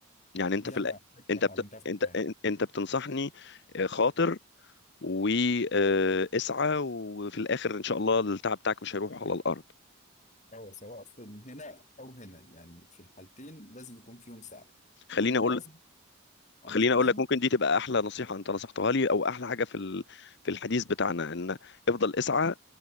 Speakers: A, on the left; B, on the left.
A: يعني
B: دي
A: انت في
B: أنا
A: الأ...
B: حكمة
A: انت
B: اتعلمتها
A: بت...
B: في الحياة
A: انت انت بتنصحني آه، خاطر واسعى وفي الاخر ان شاء الله التعب بتاعك مش هيروح على الارض
B: أو سواء في هنا أو هنا يعني في الحالتين لازم يكون فيهم سعي
A: خليني
B: والمواظبة
A: اقول
B: على
A: خليني
B: الاتنين
A: اقول لك ممكن دي تبقى احلى نصيحه انت نصحتها لي او احلى حاجه في ال... في الحديث بتاعنا ان افضل اسعى